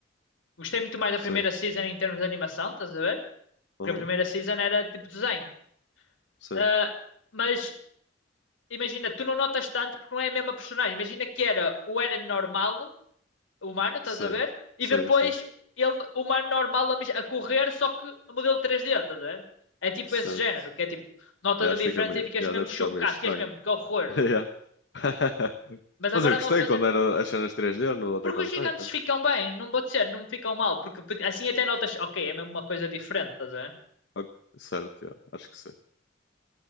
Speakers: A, on the left; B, on the left.
A: Gostei muito mais da
B: Sim,
A: primeira season em termos de animação, estás a ver?
B: aham,
A: Porque a primeira season era tipo desenho.
B: sim,
A: Ah, mas imagina, tu não notas tanto porque não é a mesma personagem. Imagina que era o Eren normal humano, estás
B: sim,
A: a ver? E
B: sim,
A: depois
B: sim,
A: ele, humano normal a, mis- a correr, só que a modelo três d estás a ver? É tipo
B: certo.
A: esse género, que é tipo, notas
B: Eu acho
A: a diferença
B: que fica meio,
A: e ficas
B: yeah,
A: mesmo
B: deve
A: chocado,
B: ficar meio estranho.
A: ficas mesmo, que horror.
B: <laughs> Yeah. <laughs>
A: Mas agora
B: Mas eu gostei
A: não a fazer.
B: quando era as cenas 3D no Attack
A: Porque
B: on
A: os gigantes
B: Titan.
A: ficam bem, não vou dizer, não ficam mal, porque porque assim até notas, ok, é mesmo uma coisa diferente, estás a ver?
B: Ok, certo, yeah, acho que sim.